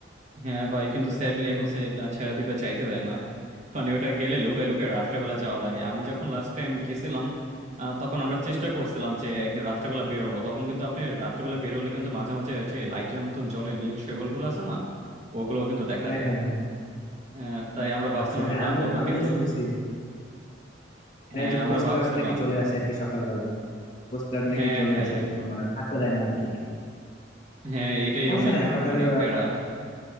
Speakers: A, on the right; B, on the left.
A: হ্যাঁ ভাই কিন্তু স্যাডলি এখন সে আহ, ছেড়ে দিতে চাইতে দেয় না মানে ওটা গেলে লুকায় লুকায় রাত্রেবেলা যাওয়া লাগে আমি যখন লাস্ট টাইম গেছিলাম আহ, তখন আমরা চেষ্টা করছিলাম যে একদিন রাত্রেবেলা বের হবো তখন কিন্তু আপনি রাত্রেবেলা বের হলে কিন্তু মাঝে মাঝে হচ্ছে লাইটের মতন জলে নীল শৈবাল গুলো আছে না ওগুলো কিন্তু দেখা
B: হ্যাঁ
A: যায়
B: হ্যাঁ হ্যাঁ
A: আহ, তাই আমরা ভাবছিলাম
B: আচ্ছা
A: ওটা
B: হ্যাঁ
A: প্ল্যান
B: আমিও
A: করবো
B: আমিও
A: কিন্তু
B: শুনছি হ্যাঁ
A: হ্যাঁ
B: এই যে
A: আমরা
B: কোস্ট
A: ভাবছিলাম
B: গার্ড নাকি চলে আসে আর কি সকালবেলা কোস্ট গার্ড নাকি
A: হ্যাঁ
B: চলে
A: হ্যাঁ
B: আসে মা- মানে থাকতে দেয় না আর কি
A: হ্যাঁ এটাই
B: সমস্যা
A: অনেক
B: নাই আমরা তাহলে
A: মানে প্যারা